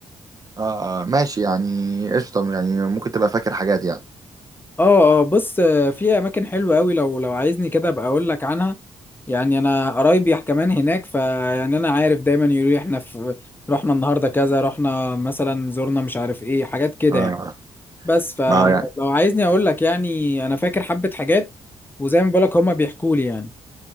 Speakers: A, on the right (about 30°); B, on the left (about 15°).
A: اه آه، ماشي يعني قشطة يعني ممكن تبقى فاكر حاجات يعني
B: اه اه بص آه، في اماكن حلوه قوي لو لو عايزني كده ابقى اقول لك عنها يعني انا قرايبي كمان هناك فيعني انا عارف دايما يقولوا لي احنا في رحنا النهارده كذا رحنا مثلا زرنا مش عارف ايه حاجات كده
A: اه
B: يعني بس فلو
A: ما يعني
B: عايزني اقول لك يعني انا فاكر حبه حاجات وزي ما بقول لك هما بيحكوا لي يعني